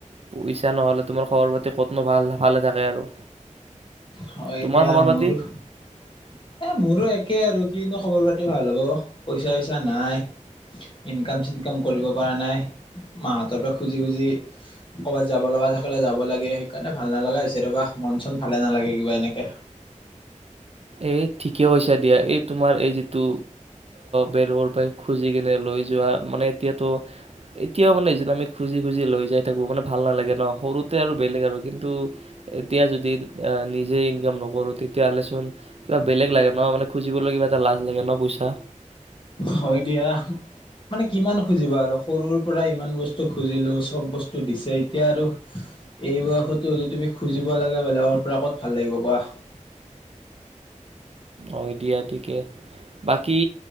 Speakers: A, on the right; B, on the left.
A: পইচা নহ'লে তোমাৰ খবৰ পাতি ক'তনো ভাল ভালে থাকে আৰু
B: হয়
A: তোমাৰ
B: দিয়া
A: খবৰ পাতি
B: মোৰো এ মোৰো এক তাকে আৰু কিনো খবৰ পাতি ভাল হ'ব পইচা চইচা নাই ইনকাম চিনকাম কৰিব পৰা নাই মাহঁতৰ পৰা খুজি খুজি ক'ৰবাত যাব লগা থাকে যাব লাগে সেইকাৰণে ভাল নালগা হৈছে ৰবা মন চন ভালে নালাগে কিবা এনেকে
A: এ ঠিকেছা দিয়া এই তোমাৰ এই যিটো বেৰৰ পৰা খুজি কিনে লৈ যোৱাৰ মানে এতিয়াতো এতিয়াও মানে আমি খুজি খুজি লৈ যাই থাকো মানে ভাল নালাগে ন সৰুতে আৰু বেলেগ আৰু কিন্তু এতিয়া যদি নিজে ইনকাম নকৰো তেতিয়াহ'লেচোন কিবা বেলেগ লাগে ন মানে খুজিবলৈ কিবা এটা লাজ লাগে ন পইচা
B: হয় দিয়া মানে কিমান খুজিবা আৰু সৰুৰ পৰা ইমান বস্তু খুজিলো চব বস্তু দিছে এতিয়া আৰু এই বয়সতো হলে তুমি খুজিব লাগে বেলেগৰ পৰা ক'ত ভাল লাগিব কোৱা
A: অ দিয়া ঠিকে বাকী